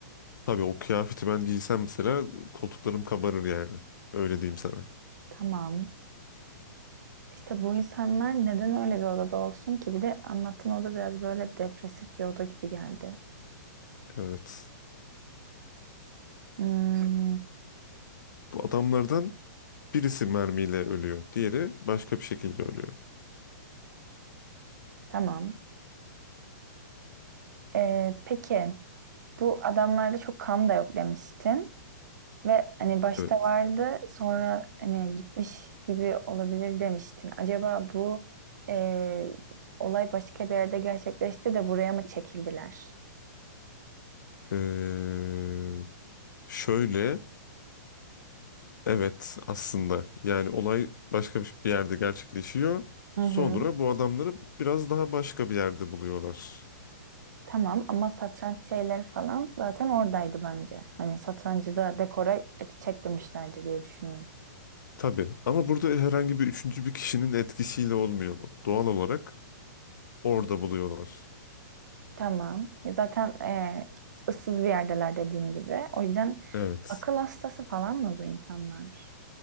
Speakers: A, on the left; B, on the right.
A: tabii o kıyafeti ben giysem mesela koltuklarım kabarır yani. Öyle diyeyim sana.
B: Tamam. İşte bu insanlar neden öyle bir odada olsun ki? Bir de anlattığın oda biraz böyle depresif bir oda gibi geldi.
A: Evet.
B: Hmm,
A: Bu adamlardan birisi mermiyle ölüyor. Diğeri başka bir şekilde ölüyor.
B: tamam. Ee, peki bu adamlarda çok kan da yok demiştin. Ve hani başta
A: Evet.
B: vardı sonra hani gitmiş gibi olabilir demiştin. Acaba bu e, olay başka bir yerde gerçekleşti de buraya mı çekildiler?
A: Ee, şöyle Evet aslında yani olay başka bir bir yerde gerçekleşiyor.
B: Hı
A: Sonra
B: hı.
A: bu adamları biraz daha başka bir yerde buluyorlar.
B: Tamam ama satranç şeyleri falan zaten oradaydı bence. Hani satrancı da dekora çekmemişlerdir diye düşünüyorum.
A: Tabii ama burada herhangi bir üçüncü bir kişinin etkisiyle olmuyor bu. Doğal olarak orada buluyorlar.
B: Tamam. Zaten e, ıssız bir yerdeler dediğin gibi. O yüzden
A: Evet.
B: akıl hastası falan mı bu insanlar?